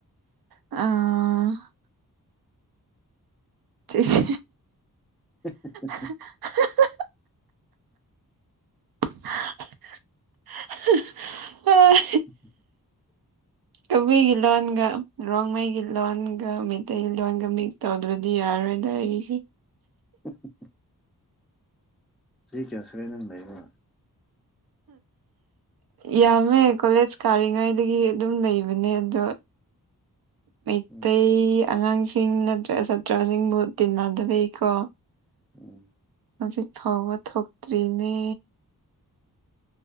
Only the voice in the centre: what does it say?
<unintelligible>
<inaudible>
<unintelligible> ꯆꯍꯤ ꯀꯌꯥ ꯁꯨꯔꯦ ꯅꯪ ꯂꯩꯕ
ꯎꯝ
ꯎꯝ